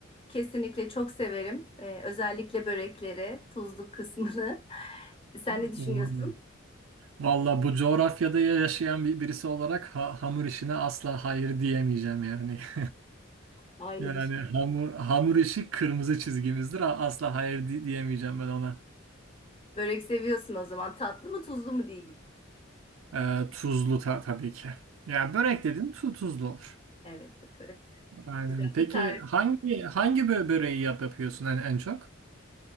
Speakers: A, on the left; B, on the right.
A: kesinlikle çok severim. E, özellikle börekleri, tuzluk kısmını. <laughs> Sen
B: Vallahi
A: ne düşünüyorsun?
B: Vallahi bu coğrafyada yaşayan bir birisi olarak ha- hamur işine asla hayır diyemeyeceğim yani. <laughs>
A: Aynı
B: Yani
A: düşünüyorum.
B: hamur hamur işi kırmızı çizgimizdir. A- Asla hayır di- diyemeyeceğim ben ona.
A: Börek seviyorsun o zaman. Tatlı mı tuzlu mu diyeyim.
B: Ee, tuzlu ta- tabii ki. Ya börek dedin tu- tuzlu olur.
A: Evet, evet.
B: Aynen.
A: Güzel
B: Peki
A: bir tarif.
B: hangi hangi bö- böreği yap yapıyorsun en, en çok?